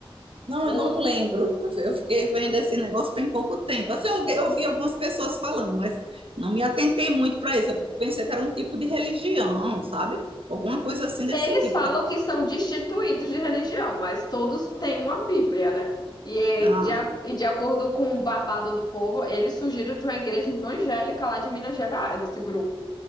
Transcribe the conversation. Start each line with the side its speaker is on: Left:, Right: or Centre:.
Right: Não,
Left: O
Right: eu não
Left: outro.
Right: lembro. Eu fiquei vendo esse negócio tem pouco tempo. Assim, eu, eu vi algumas pessoas falando, mas não me atentei muito para isso. Eu pensei que era um tipo de religião, sabe? Alguma coisa assim desse
Left: Eles
Right: tipo.
Left: falam
Right: Que,
Left: que são destituídos de religião, mas todos têm uma Bíblia, né? E eh,
Right: ah,
Left: de, a- e de acordo com o babado do povo, eles surgiram de uma igreja evangélica lá de Minas Gerais, esse grupo.